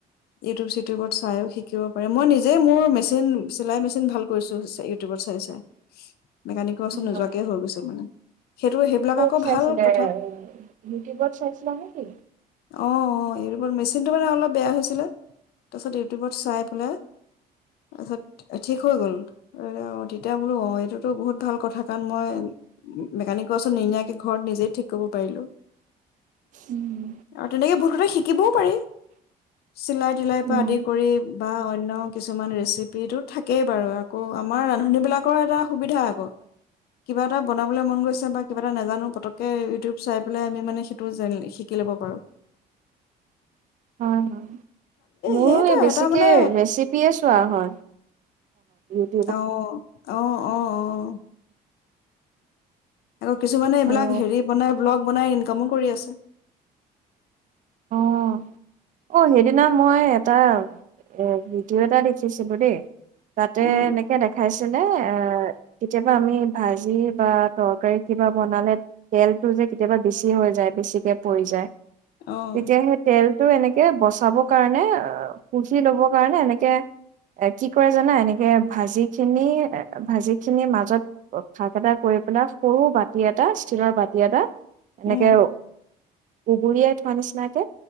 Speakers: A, on the left; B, on the right.
A: ইউটিউব চিটিউবত চাইও শিকিব পাৰি। মই নিজেই মোৰ মেচিন, চিলাই মেচিন ভাল কৰিছোঁ, চ, ইউটিউবত চাই চাই। মেকানিকৰ ওচৰত নোযোৱাকে
B: যায়।
A: হৈ গৈছে মানে। সেইটো, সেইবিলাক
B: ক'ত
A: আকৌ
B: চাইছিলে
A: ভাল ক
B: ইউটিউবত চাইছিলা নে, কি?
A: অ অ ইউটিউবত। মেচিনটো মানে অলপ বেয়া হৈছিলে, তাৰপিছত ইউটিউবত চাই পেলাই, তাৰপিছত ঠিক হৈ গ'ল। অ তেতিয়া বোলো, অ', এইটোতো বহুত ভাল কথা, কাৰণ মই ম-মেকানিকৰ ওচৰত নিনিয়াকে ঘৰত নিজেই ঠিক কৰিব পাৰিলোঁ।
B: উম
A: আৰু তেনেকে বহুত কথা শিক শিকিবও পাৰি। চিলাই তিলাইৰ পৰা
B: উম,
A: আদি কৰি বা অন্য কিছুমান ৰেচিপিটো থাকেই বাৰু আকৌ আমাৰ ৰান্ধনীবিলাকৰ এটা সুবিধা আকৌ, কিবা এটা বনাবলৈ মন গৈছে বা কিবা এটা নাজানো পতককে ইউটিউব চাই পেলাই আমি মানে সেইটো জান শিকি ল'ব পাৰোঁ।
B: হয়, হয়। মোৰো
A: সেইটোৱে
B: এই বেছিকে
A: এটা মানে
B: ৰেচিপিয়ে চোৱা হয়। <unintelligible>
A: অ', অ', অ', অ', অ'। <inaudible> আকৌ কিছুমানে এইবিলাক
B: আৰু
A: হেৰি বনাই ব্লগ। বনাই ইনকামো কৰি আছে।
B: অ', অ', সেইদিনা মই এটা এ, ভিডিঅ' এটা দেখিছিলোঁ দেই। তাতে
A: উম
B: এনেকে দেখাইছ যেনে এ, কেতিয়াবা আমি ভাজি বা তৰকাৰিত কিবা বনালে তেলটো যে কেতিয়াবা বেছি হৈ যায়, বেছিকে পৰি যায়।
A: অ',
B: তেতিয়া সেই তেলটো এনেকে বচাবৰ কাৰণে অ, কুচি লবৰ কাৰণে এনেকে এ, কি কৰে জানা এনেকে ভাজি খিনি ভাজি খিনি মাজত, ফাক এটা কৰি পেলাই সৰু বাতি এটা ষ্টীলৰ বাতি এটা এনেকে
A: উম,
B: উুবুৰিয়াই থোৱা নিচিনাকে